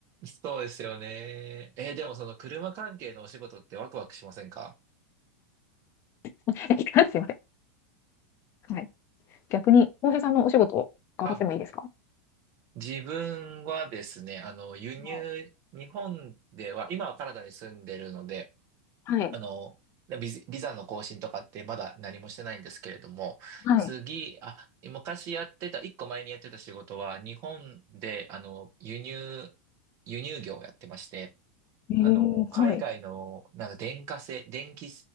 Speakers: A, on the right; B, on the left.
A: そうですよね。えーでもその車関係のお仕事ってワクワクしませんか
B: <laughs> すいません。はい逆に、浩平さんのお仕事を伺ってもいいですか
A: あ、自分はですね、あの、輸入、
B: はい。
A: 日本では、今はカナダに住んでるので、
B: はい。
A: あの、ビザ、ビザの更新とかってまだ何もしてないんですけれども、
B: はい
A: 次、あ、昔やってた、一個前にやってた仕事は、日本で、あの、輸入、輸入業をやってまして、
B: えー、
A: あの、海外の、
B: はい。
A: なんか電化製、電気、